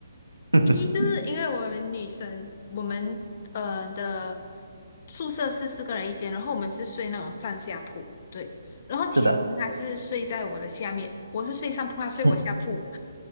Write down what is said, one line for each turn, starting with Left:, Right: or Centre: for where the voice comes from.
Right: <laughs>
Left: 一就是因为我们女生，我们呃的宿舍是四个人一间，然后我们是睡那种上下铺，对。然后其实他是睡在我的下面，
Right: 是的，
Left: 我是睡上铺，他睡我下铺。
Right: 嗯，